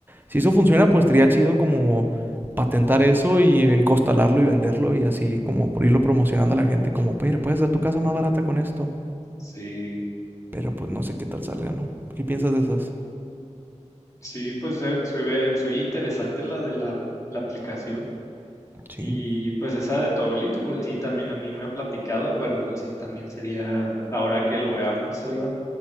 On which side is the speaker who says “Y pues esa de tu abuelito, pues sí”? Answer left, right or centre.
Left